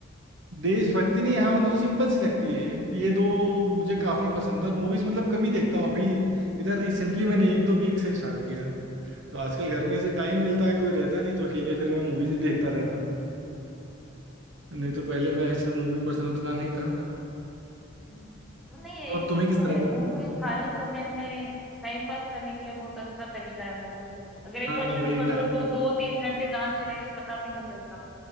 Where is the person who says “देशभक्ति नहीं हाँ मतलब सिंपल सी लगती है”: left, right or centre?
Right